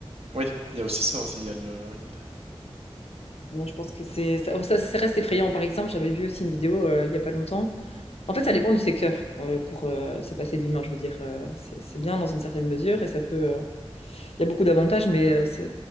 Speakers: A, on the right; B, on the left.
A: Oui, il y a aussi ça aussi. il y a le- oui, il la-
B: Non, je pense que c'est. Ça, ça- ça reste effrayant. Par exemple, j'avais vu aussi une vidéo euh, il n'y a pas longtemps. En fait, ça dépend du secteur euh, pour euh, se passer de l'humain, je veux dire. Euh, c'est c'est bien dans une certaine mesure et ça peut. euh, Il y a beaucoup d'avantages, mais euh, ça,